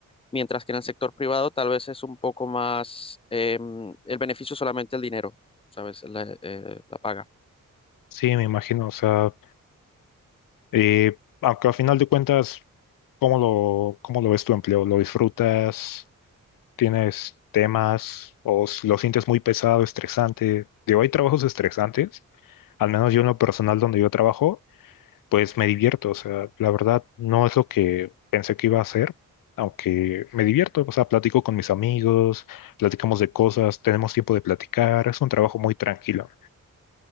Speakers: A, on the left (about 15°); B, on the left (about 80°).
A: mientras que en el sector privado tal vez es un poco más eh, el beneficio solamente el dinero, ¿sabes? La, eh, la paga.
B: Sí, me imagino, o sea, eh, aunque al final de cuentas, ¿cómo lo, cómo lo ves tu empleo? ¿Lo disfrutas? tienes temas o s- lo sientes muy pesado, estresante. Digo, hay trabajos estresantes, al menos yo en lo personal donde yo trabajo, pues me divierto. O sea, la verdad no es lo que pensé que iba a hacer, aunque me divierto. O sea, platico con mis amigos, platicamos de cosas, tenemos tiempo de platicar. Es un trabajo muy tranquilo.